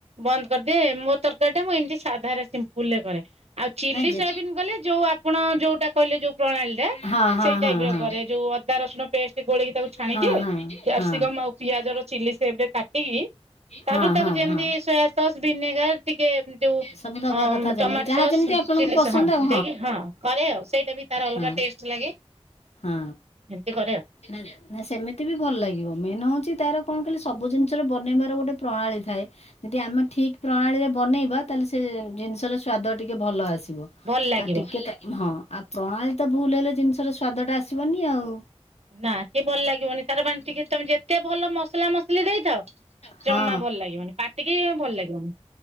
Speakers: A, on the right; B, on the left.
A: ବନ୍ଦ କରିଦିଏ ମୋ ତରକାରୀ ଟା ମୁଁ ଏମତି ସାଧାରେ ସିଂ ପୂଲ୍ ରେ କରେ ଆଉ ଚିଲି
B: ନାଇଁ ଯେ
A: ସୋୟାବିନ୍ କଲେ ଯୋଉ ଆପଣ ଯୋଉଟା କହିଲେ ଯୋଉ ପ୍ରଣାଳୀଟା
B: ହଁ ହଁ
A: ସେଇ ଟାଇପର
B: ହଁ ହଁ।
A: କରେ ଯୋଉ ଅଦା ରସୁଣ ପେଷ୍ଟ୍ ଗୋଳେଇକି ତାକୁ ଛାଣିଦିଏ
B: ହଁ
A: କ୍ୟାପ୍ସିକମ୍
B: ହଁ ହଁ
A: ଆଉ ପିଆଜର ଚିଲି ସେପ୍ ରେ କାଟିକି ତାପରେ
B: ହଁ
A: ତାକୁ
B: ହଁ
A: ଯେମ୍ତି
B: ହଁ।
A: ସୋୟା ସସ୍ ଭିନେଗାର୍ ଟିକେ ଯୋଉ
B: ସବୁ ଦବା
A: ଅଂ
B: କଥା ଯେମିତି
A: ଟମାଟ୍
B: ଯାହା
A: ସସ୍
B: ଯେମିତି ଆପଣଙ୍କୁ
A: ଚିଲି
B: ପସନ୍ଦ
A: ସ ହଁ
B: ଆଉ
A: ଦେଇକି ହଁ କରେ ଆଉ ସେଇଟା ବି ତାର ଅଲଗା
B: ହଁ।
A: ଟେଷ୍ଟ୍ ଲାଗେ।
B: ହଁ।
A: ଏମତି କରେ ଆଉ।
B: ନାଇ ନାଇ ସେମିତି ବି ଭଲ ଲାଗିବ ମେନ୍ ହଉଛି ତାର କଣ କଇଲେ ସବୁ ଜିନିଷର ବନେଇବାର ଗୋଟେ ପ୍ରଣାଳୀ ଥାଏ। ଯେଦି ଆମେ ଠିକ୍ ପ୍ରଣାଳୀରେ ବନେଇବା ତାହେଲେ ସେ ଜିନିସ୍ ର ସ୍ଵାଦ ଟିକେ ଭଲ ଆସିବ।
A: ଭଲ ଲାଗିବ।
B: ଆଉ ଟିକେ ତ ହଁ ଆଉ ପ୍ରଣାଳୀ ତ ଭୁଲ୍ ହେଲେ ଜିନିଷର ସ୍ଵାଦ ଟା ଆସିବନି ଆଉ।
A: ନା ସେ ଭଲ ଲାଗିବନି ତାର ବାଂ ଟିକେ ତମେ ଯେତେ ଭଲ ମସଲା ମସଲି ଦେଇଥାଅ
B: ହଁ
A: ଜମା ଭଲ୍ ଲାଗିବନି ପାଟିକି ଭଲ୍ ଲାଗିବନି।